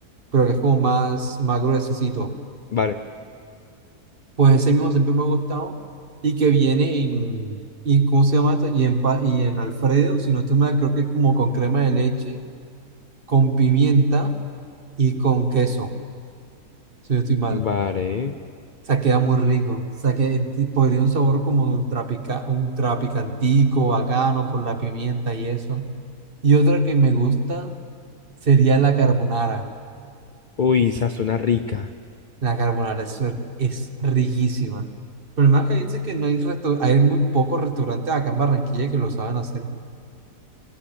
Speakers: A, on the right; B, on the left.
A: pero que es como más, más gruesecito.
B: Vale,
A: Pues ese mismo siempre me ha gustado, y que viene en, y ¿cómo se llama esto? Y en, pa- y en Alfredo, si no estoy mal, creo que es como con crema de leche con pimienta y con queso, si no estoy mal. O
B: vale.
A: sea, queda muy rico. O sea, que eh, ti- pues, tiene un sabor como ultra, pica- ultra picantico, bacano por la pimienta y eso. Y otra que me gusta sería la carbonara.
B: Uy, esa suena rica.
A: La carbonara es, es riquísima. Pero más que dice que no hay resto- hay muy pocos restaurantes acá en Barranquilla que lo saben hacer.